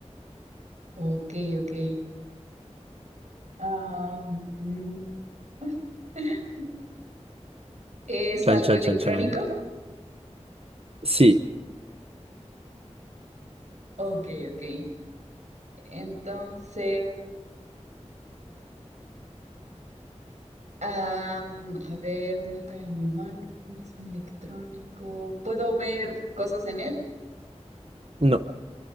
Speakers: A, on the right (about 75°); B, on the right (about 55°).
A: Ok, ok. Am, <laughs> ¿es
B: Chan,
A: algo
B: chan,
A: electrónico?
B: chan, chan. Sí.
A: Ok, ok. Entonces, am, a ver, no cae en mi mano, no es electrónico. ¿Puedo ver cosas en él?
B: No.